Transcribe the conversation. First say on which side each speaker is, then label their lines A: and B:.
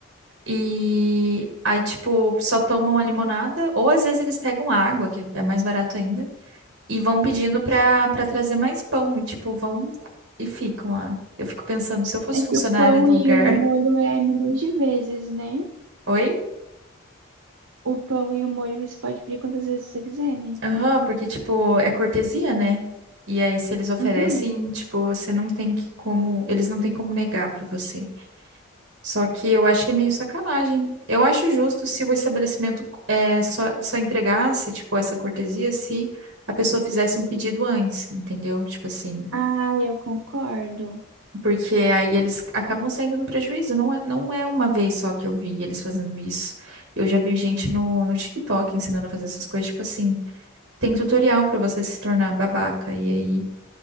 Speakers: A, on the right; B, on the right.
A: e aí, tipo, só tomam a limonada, ou às vezes eles pegam água, que é mais barato ainda, e vão pedindo
B: Nossa.
A: pra, pra trazer mais pão. E, tipo, vão e ficam lá. Eu fico pensando, se eu fosse
B: É
A: funcionária
B: que o pão
A: do
B: e
A: lugar.
B: o molho é milhões de vezes, né?
A: <laughs> Oi?
B: O pão e o molho você pode pedir quantas vezes você quiser, né?
A: Aham, porque, tipo, é cortesia, né? E aí, se eles oferecem,
B: Uhum.
A: tipo, você não tem que como. Eles não têm como negar pra você. Só que eu acho que é meio sacanagem. Eu acho justo se o estabelecimento é, só, só entregasse, tipo, essa cortesia se a pessoa fizesse um pedido antes, entendeu? Tipo assim,
B: Ah, eu concordo.
A: porque aí eles acabam saindo no prejuízo. Não é, não é uma vez só que eu vi eles fazendo isso. Eu já vi gente no, no TikTok ensinando a fazer essas coisas, tipo assim, tem tutorial pra você se tornar babaca. E aí